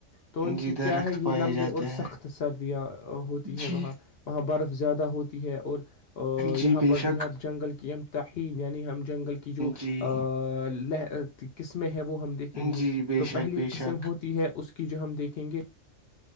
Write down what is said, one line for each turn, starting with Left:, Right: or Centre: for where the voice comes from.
Left: تو ان
Right: جی
Left: کی
Right: درخت
Left: کیا ہے یہ
Right: پائے
Left: لمبے
Right: جاتے
Left: اور
Right: ہیں
Left: سخت سردیاں ہوتی
Right: جی
Left: ہے وہاں وہاں برف زیادہ ہوتی ہے اور
Right: جی
Left: یہاں
Right: بے
Left: پر جو
Right: شک
Left: ہے اب جنگل کی امتاح یعنی ہم جنگل کی جو
Right: جی
Left: ل ت کس میں ہیپ ہم دیکھیں گے
Right: جی بے
Left: تو
Right: شک
Left: پہلی
Right: بے
Left: قسم
Right: شک
Left: ہوتی ہے اس کے کہ جو ہم دیکھیں گے